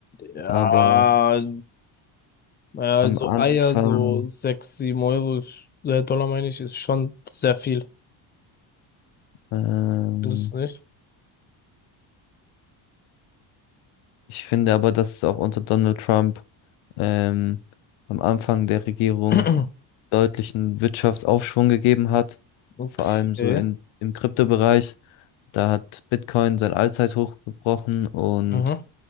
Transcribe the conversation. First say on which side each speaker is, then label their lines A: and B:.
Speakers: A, on the left; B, on the left.
A: Ja,
B: Aber
A: naja, also
B: am Anfang,
A: Eier, so sechs, sieben Euro, äh, Dollar meine ich, ist schon sehr viel.
B: ähm,
A: Findest du nicht?
B: ich finde aber, dass es auch unter Donald Trump ähm, am Anfang der Regierung
A: <clears throat>
B: deutlichen Wirtschaftsaufschwung gegeben hat.
A: Okay.
B: Vor allem so in, im Kryptobereich. Da hat Bitcoin sein Allzeithoch gebrochen und
A: Mhm.